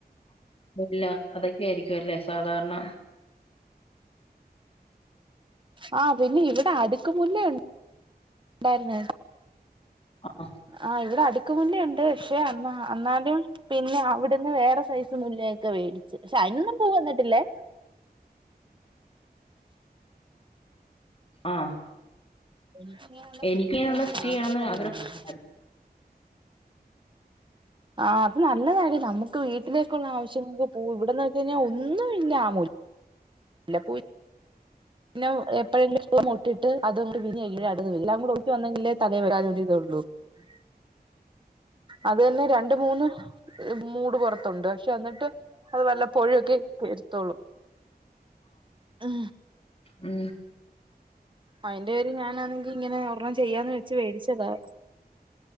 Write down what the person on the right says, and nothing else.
ആ പിന്നെ ഇവിടെ അടുക്ക മുല്ലയുണ്ട് ണ്ടായിരുന്നെ
ആ ഇവിടെ അടുക്ക മുല്ലയുണ്ട് പക്ഷെ ആ അന്നാലും പിന്നെ അവിടുന്ന് വേറെ സൈസ് മുല്ലയൊക്കെ വേടിച്ച് പക്ഷെ അയ്നൊന്നും പൂ വന്നിട്ടില്ലേ
ഇങ്ങനെയുള്ള
സുറ്റി
യൊക്കെ
ആഗ്രഹം ഉണ്ടായ്രുന്നു
ആ അത് നല്ല കാര്യം നമുക്ക് വീട്ടിലേക്കുള്ള ആവശ്യങ്ങക്ക് പൂവ് ഇവിടെന്ന് വെച്ച് കഴിഞ്ഞാൽ ഒന്നും ഇല്ലാ ആമൂൽ ഇല്ല പോയി നൗ എപ്പോഴെങ്കിലും മൊട്ടിട്ട് അത് വിരി <unintelligible> എല്ലാകൂടെ കൂടെ ഒത്ത് വന്നെങ്കിലേ തക <unintelligible> അതന്നെ രണ്ട് മൂന്ന് മൂട് പുറത്തുണ്ട് പക്ഷെ അന്നിട്ട് അത് വല്ലപ്പൊഴൊക്കെ <inaudible> തൊള്ളൂ ആ
അയ്ന്റെ പേരിൽ ഞാാനാണെങ്കി ങ്ങനെ ഒർണം ചെയ്യാന്ന് വെച്ച് വേടിച്ചതാ